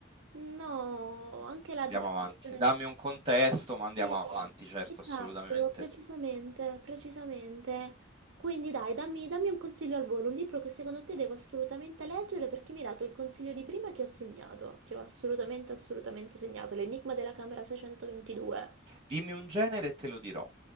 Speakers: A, on the right; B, on the right.
A: No, anche la
B: Andiamo
A: descrizione.
B: avanti, dammi un contesto, ma andiamo
A: Eh,
B: avanti, certo,
A: esatto,
B: assolutamente.
A: precisamente, precisamente. Quindi dai, dammi, dammi un consiglio al volo, un libro che secondo te devo assolutamente leggere perché mi hai dato il consiglio di prima che ho segnato, che ho assolutamente, assolutamente segnato, L'Enigma della Camera 622.
B: Dimmi un genere e te lo dirò.